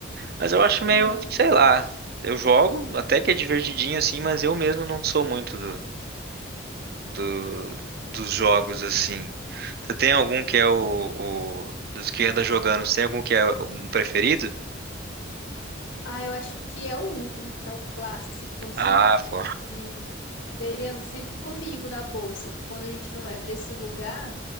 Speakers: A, on the right; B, on the left.
A: Mas eu acho meio,
B: uhum.
A: sei lá, eu jogo até que é divertidinho assim, mas eu mesmo não sou muito do, dos jogos, assim. Você tem algum que é o, o- dos que anda jogando, você tem algum que é um preferido?
B: Ah, eu acho que é o Uno, que é o clássico. <laughs>
A: Ah, pô.
B: E ele anda sempre comigo na bolsa. Quando a gente não vai pra esse lugar,